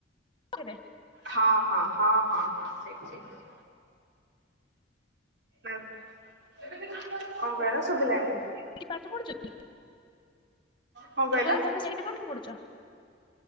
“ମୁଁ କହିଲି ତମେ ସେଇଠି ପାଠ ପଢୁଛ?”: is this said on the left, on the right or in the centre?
Left